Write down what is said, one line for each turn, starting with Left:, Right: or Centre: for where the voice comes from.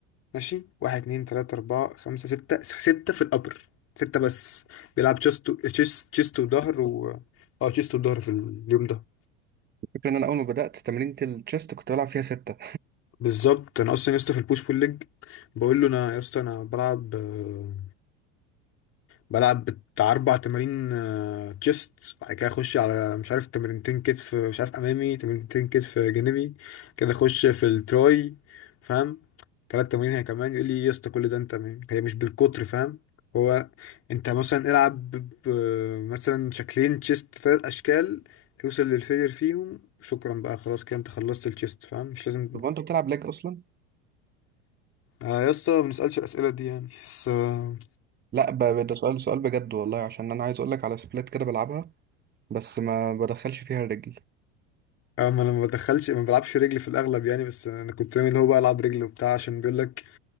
Left: ماشي واحد اتنين تلاتة أربعة خمسة ستة س- ستة في الأبر ستة بس بيلعب تشيست تشيست تشيست وظهر و اه تشيست وظهر في اليوم ده
Right: الفكره ان انا اول ما بدات تمرينة التشيست كنت بلعب فيها سته
Left: بالظبط أنا أصلا يا اسطى في البوش بول ليج بقول له أنا يا اسطى أنا بلعب آه، بلعب بتاع أربع تمارين تشيست بعد كده أخش على مش عارف تمرينتين كتف مش عارف أمامي تمرينتين كتف جانبي كده أخش في التراي فاهم تلات تمارين هي كمان يقول لي إيه يا اسطى كل ده أنت م- هي مش بالكتر فاهم هو أنت مثلا العب ب- ب- مثلا شكلين تشيست تلات أشكال يوصل للفيلير فيهم شكرا بقى خلاص كده أنت خلصت التشيست فاهم مش لازم
Right: طب انت بتلعب ليج اصلا
Left: آه، يا اسطى ما بنسألش الأسئلة دي يعني بس آه،
Right: لا ب... ب- ده سؤال سؤال بجد والله عشان انا عايز اقول لك على سبلات كده بلعبها بس ما بدخلش فيها الرجل
Left: اه ما انا ما بدخلش ما بلعبش رجلي في الاغلب يعني بس انا كنت ناوي اللي هو بقى العب رجلي وبتاع عشان بيقول لك